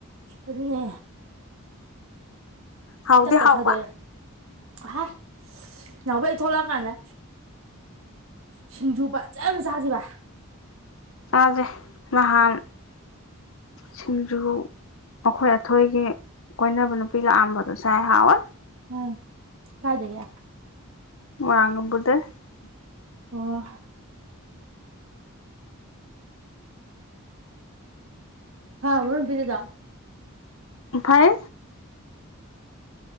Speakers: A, on the right; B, on the left.
A: ꯑꯗꯨꯅꯤ
B: ꯍꯥꯎꯗꯤ
A: ꯇꯞ ꯇꯞ
B: ꯍꯥꯎꯕ
A: ꯊꯥꯗꯣꯛꯑꯦ <unintelligible> <unintelligible> ꯊꯣꯛꯂꯛꯑꯀꯥꯟꯗ ꯁꯤꯡꯖꯨ ꯐꯖꯅ ꯁꯥꯥꯁꯤꯕ
B: ꯆꯥꯁꯦ ꯅꯍꯥꯟ
A: <unintelligible>
B: ꯁꯤꯡꯖꯨ ꯑꯈꯣꯏ ꯑꯊꯣꯏꯒꯤ ꯀꯣꯏꯅꯕ ꯅꯨꯄꯤ ꯂꯥꯛꯑꯝꯕꯗꯣ ꯆꯥꯏ ꯍꯥꯎꯋꯤ
A: ꯎꯝ ꯀꯥꯏꯗꯒꯤ
B: <unintelligible>
A: ꯑꯣ ꯐꯕꯔꯣ <unintelligible>
B: ꯐꯩ